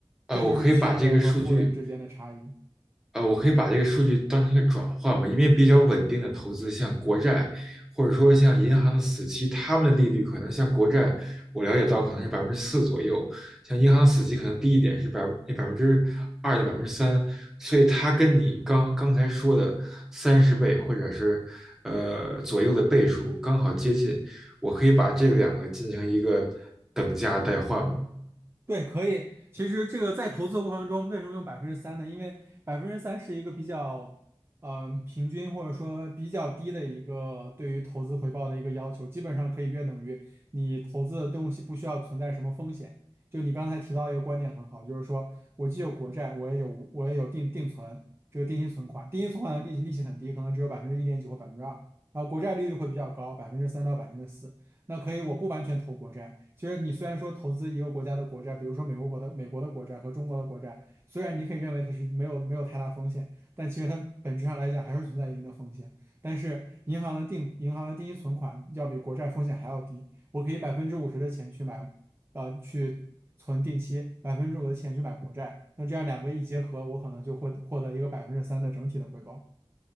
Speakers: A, in the centre; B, on the right.
A: 啊、
B: 这就是穷人和富人之间的差异。
A: 我可以把这个数据呃，我可以把这个数据当成一个转换嘛，因为比较稳定的投资，像国债，或者说像银行的死期，他们的利率可能像国债，我了解到可能是百分之四左右，像银行死期可能低一点是百分百分之二到百分之三，所以它跟你刚刚才说的三十倍或者是呃左右的倍数刚好接近，我可以把这两个进行一个等价代换嘛。
B: 对，可以。其实这个在投资的过程中，为什么用百分之三呢？因为百分之三是一个比较，嗯、平均或者说比较低的一个对于投资回报的一个要求，基本上可以约等于你投资的东西不需要存在什么风险。就你刚才提到一个观点很好，就是说我既有国债，我也有我也有定定存，这个定期存款，定期存款的利息利息很低，可能只有百分之一点几或百分之二，然后国债利率会比较高，百分之三到百分之四。那可以，我不完全投国债。其实你虽然说投资一个国家的国债，比如说美国国的美国的国债和中国的国债，虽然你可以认为它是没有没有太大风险，但其实它本质上来讲还是存在一定的风险。但是银行的定银行的定期存款要比国债风险还要低，我可以百分之五十的钱去买，呃，去存定期，百分之五的钱去买国债，那这样两个一结合，我可能就会获得一个百分之三的整体的回报。